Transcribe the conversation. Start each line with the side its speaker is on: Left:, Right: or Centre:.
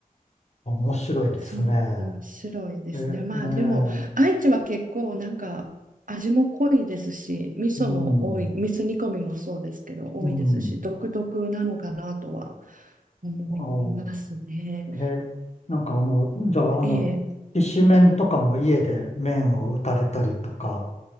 Left: 面白いですね。
Right: そう、面白いですね。
Left: え、
Right: まあでも、
Left: ねえ、
Right: 愛知は結構なんか味も濃いですし、味噌も多い、
Left: うん、
Right: 味噌煮込みもそうですけど、多いですし、
Left: うん。
Right: 独特なのかなとは思いますね。
Left: あえ、なんかあの、じゃあ、あの、
Right: ええ、
Left: きしめんとかも家で麺を打たれたりとか、